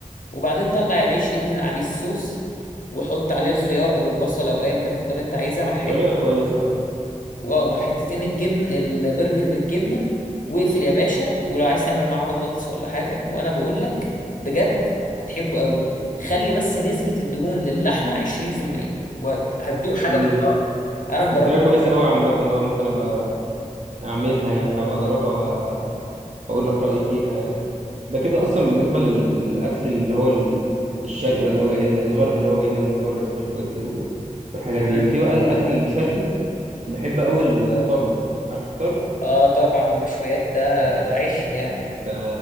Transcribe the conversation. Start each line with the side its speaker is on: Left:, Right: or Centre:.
Left: وبعدين طلع العيش ادهن عليه الصوص وحط عليه الخيار او البصل او ايا كان الخضار اللي انت عايزها مع حته
Right: طريقة كويسة اه
Left: واه مع حتتين الجبن البرجر بالجبنه واقفل يا باشا ولو عايز تعمل معاه بطاطس ولا حاجه وانا بقول لك بجد هتحبه قوي خلي بس نسبه الدهون للحمه 20% وهتدوق حاجه
Right: امم
Left: محترمه انا مجربه
Right: الطريقة كويسة أوي عامة اه ممكن أبقى أعملها يعني هبقى أجربها وأ- وأقول لك رأيي فيها يعني ده كده أصلا بالنسبة لل- للأكل اللي هو ال- الشرقي بقى اللي هو جاي لنا الغربي اللي هو جاي لنا من بره سماش برجر و- والحاجات
Left: امم
Right: دي يبقى في بقى الأكل الشرقي بحب أوي الطرب عارف الطرب
Left: اه طبعا المشويات ده
Right: ده
Left: ده عيش يعني
Right: ده